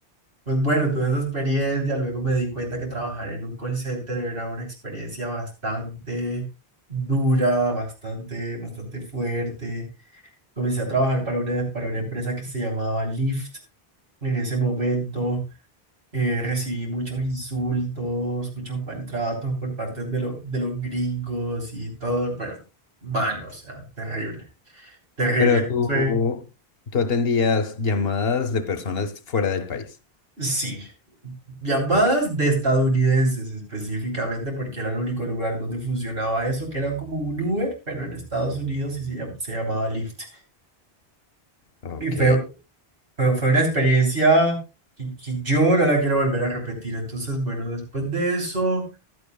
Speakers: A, on the right (about 60°); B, on the left (about 70°).
A: pues bueno, tuve esa experiencia, luego me di cuenta que trabajar en un call center era una experiencia bastante dura, bastante, bastante fuerte. Comencé a trabajar para una, para una empresa que se llamaba Lyft. En ese momento eh, recibí muchos insultos, muchos maltratos por parte de, lo- de los gringos y todo, pero malo, o sea, terrible, terrible.
B: Pero tú,
A: Fue-
B: tú atendías llamadas de personas fuera del país.
A: Sí, Llamadas
B: Ok,
A: de estadounidenses específicamente, porque era el único lugar donde funcionaba eso, que era como un Uber, pero en Estados Unidos y se llam- se llamaba Lyft.
B: ok.
A: Y fue, fue, fue una experiencia que, que yo no la quiero volver a repetir. Entonces, bueno, después de eso,